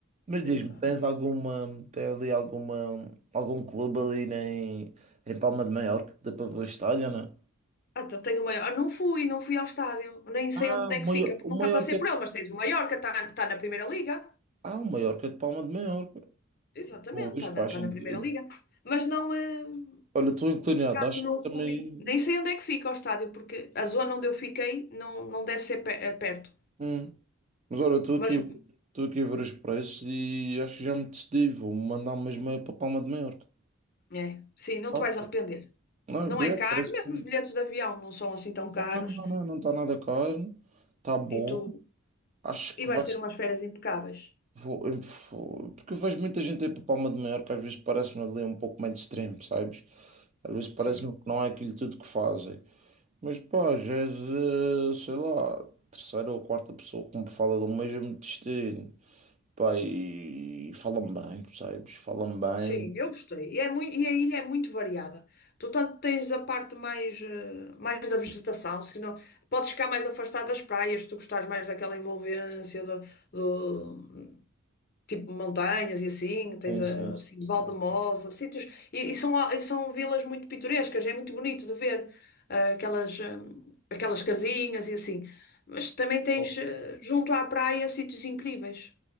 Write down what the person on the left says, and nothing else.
exato.
Ah, Então tenho o maior. ah, Não fui, não fui ao estádio, nem sei
onde é
que
fica, porque
nunca
passei por ele, mas tens o Mallorca, está tá tá na Primeira Liga.
Exatamente,
está na,
tá
na Primeira Liga. Mas não é.
Por acaso
não
fui. Nem sei onde é que fica o estádio, porque a zona onde eu fiquei não, não deve ser pe- eh, perto.
Mas,
é, sim, não
te vais
arrepender.
Não
é caro,
mesmo
os bilhetes de avião não são assim tão caros.
E tu
e
vais ter umas férias impecáveis.
Sim,
sim, eu gostei. E, é muito, e a ilha é muito variada. Tu tanto tens a parte mais, eh, mais da vegetação, se não, podes ficar mais afastado das praias, se tu gostares mais daquela envolvência do, tipo montanhas e assim, tens
ah,
assim,
Valdemosa, sítios, e, e são, a- e são vilas muito pitorescas, é muito bonito de ver ah, aquelas, hum, aquelas casinhas e assim. Mas também tens
ah, junto à praia sítios incríveis.